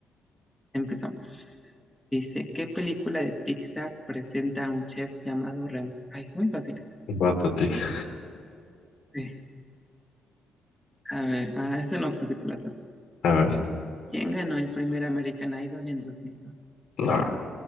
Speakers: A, in the centre; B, on the left (about 75°).
A: empezamos. Dice, ¿qué película de Pixar presenta a un chef llamado Remy? Ay, es muy fácil esa.
B: Ratatouille.
A: Sí. A ver, ah, esta no creo que te la sepa.
B: <laughs> A ver.
A: ¿Quién ganó el primer American Idol en 2002?
B: no,